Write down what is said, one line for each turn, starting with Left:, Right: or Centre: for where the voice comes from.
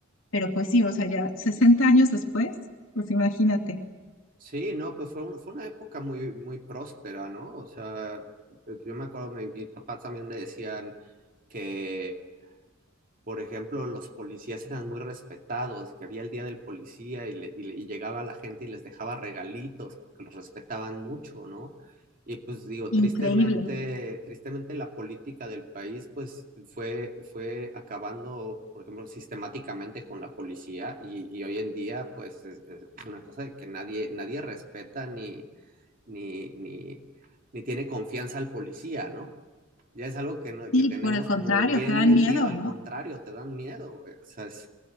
Left: pero pues sí, o sea, ya 60 años después, pues imagínate,
Right: Sí, no, pues fue, un- fue una época muy, muy próspera, ¿no? O sea, yo me acuerdo, mi- mis papás también me decían que por ejemplo, los policías eran muy respetados, que había el día del policía y, le- y le- y llegaba la gente y les dejaba regalitos porque los respetaban mucho, ¿no? Y pues digo,
Left: increíble.
Right: tristemente, tristemente la política del país pues fue, fue acabando, por ejemplo, sistemáticamente con la policía y, y hoy en día pues es, es- es una cosa de que nadie, nadie respeta ni, ni, ni, ni tiene confianza al policía, ¿no? ya es algo que, no-
Left: Sí,
Right: que tenemos
Left: por el contrario,
Right: como bien
Left: te dan
Right: metido,
Left: miedo,
Right: al
Left: ¿no?
Right: contrario, te dan miedo, güey. O sea, es-